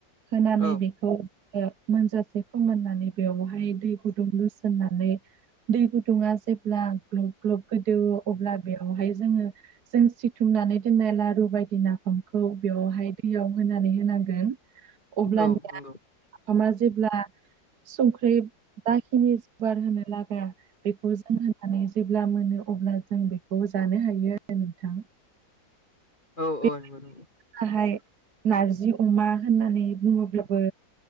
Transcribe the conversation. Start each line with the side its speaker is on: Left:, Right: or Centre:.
Right: होनानै
Left: औ
Right: बेखौ मोनजासे फोमोननानै बेवहाय दै गुदुं लुसोननानै दै गुदुङा जेब्ला ग्लब ग्लब गोदौ अब्ला बेयावहाय जोङो जों सिथुमनानै दोननाय लारु बायदि नाफामखौ बेयावहाय दैयाव होनानै होनांगोन। अब्लानिया
Left: औ नंगौ
Right: आफामा जेब्ला संख्रि जाखिनि जुगार होनो लागा बेखौ जों होननानै जेब्ला मोनो अब्ला जों बेखौ जानो हायो आरो नोंथां।
Left: औ
Right: बे
Left: औ नंगौ नंगौ।
Right: गाहाय नारजि अमा होननानै बुङोब्लाबो